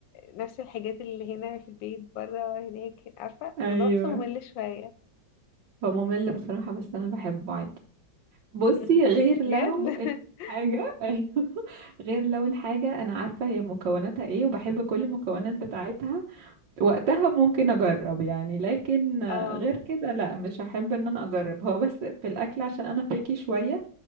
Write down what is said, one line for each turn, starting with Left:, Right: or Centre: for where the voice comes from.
Left: نفس الحاجات اللي هنا في البيت بره هناك عارفه
Right: ايوه
Left: الموضوع بحسه ممل شويه
Right: هو ممل بصراحة بس انا بحبه عادي بصي
Left: مم.
Right: غير
Left: بجد
Right: لو
Left: <laughs>
Right: الحاجة <laughs> أيوه غير لو الحاجة أنا عارفة هي مكوناتها إيه وبحب كل المكونات بتاعتها وقتها ممكن أجرب يعني لكن
Left: اه
Right: غير كده لا مش هحب إن أنا أجرب هو بس في الأكل عشان أنا بيكي شوية